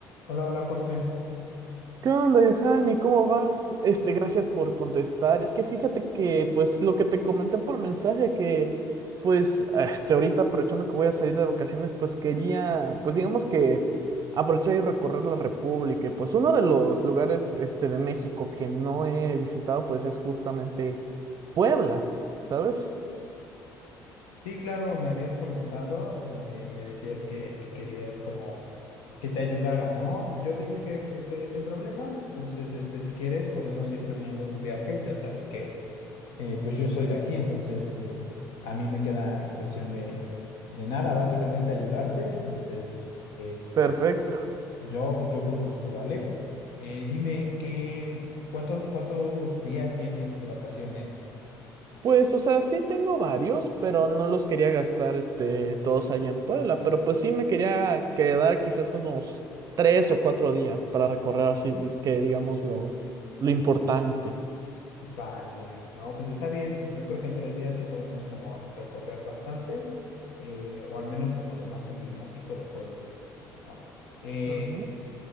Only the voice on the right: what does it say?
¿Qué onda, Johanny? ¿Cómo vas? Este, gracias por contestar. Es que fíjate que, pues, lo que te comenté por mensaje, que, pues, este, ahorita aprovechando que voy a salir de vacaciones, pues quería, pues, digamos que aprovechar y recorrer la República. Y, pues, uno de los lugares, este, de México que no he visitado, pues, es justamente Puebla, ¿sabes?
Perfecto.
Pues, o sea, sí tengo varios, pero no los quería gastar, este, todos allá en Puebla, pero pues sí me quería quedar quizás unos tres o cuatro días para recorrer así, di- que digamos lo, lo importante.
Ujú.